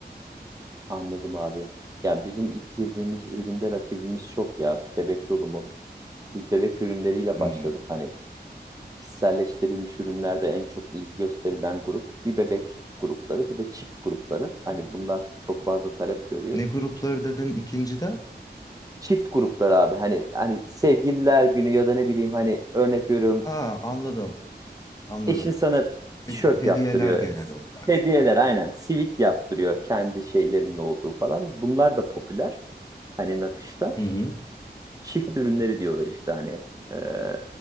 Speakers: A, on the right (about 20°); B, on the left (about 20°).
A: Anladım abi. Ya bizim ilk girdiğimiz üründe rakibimiz çok ya. Bebek dolumu. Biz bebek ürünleriyle
B: Hmm.
A: başladık hani kişiselleştirilmiş ürünlerde en çok ilgi gösterilen grup bir bebek grupları bir de çift grupları. Hani bunlar çok fazla talep görüyor.
B: Ne grupları dedin ikinci de?
A: Çift grupları abi hani hani sevgililer günü ya da ne bileyim hani örnek veriyorum
B: Ha anladım, anladım.
A: eşin sana tişört
B: He- hediyeler
A: yaptırıyor.
B: genel olarak.
A: Hediyeler aynen sivit yaptırıyor kendi şeylerinin olduğu falan. Bunlar da popüler hani nakışta.
B: Hı hı.
A: çift ürünleri diyorlar işte hani. Ee,